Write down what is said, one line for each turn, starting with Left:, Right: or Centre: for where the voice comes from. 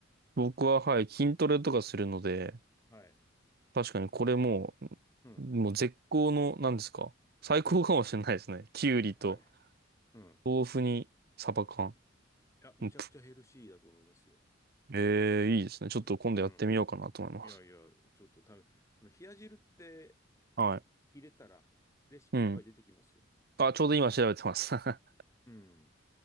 Right: 僕は、はい、筋トレとかするので、
Left: はい。
Right: 確かにこれも
Left: うん。
Right: う、もう絶好の、なんですか。最高かもしれないですね。
Left: うん。
Right: きゅうりと
Left: はい。うん。
Right: 豆腐にサバ缶。
Left: いや、めちゃくちゃヘルシーだと思いますよ。
Right: うんぷえー、いいですね。ちょっと今度やってみようかなと思います。
Left: うん。うんいやいや、ちょっと食べ、あの、冷や汁って
Right: はい。
Left: 入れたら、レシピいっぱい出てきますよ。
Right: うん。あ、
Left: ネットで。
Right: ちょうど今調べてます。<laughs> あ、
Left: うん。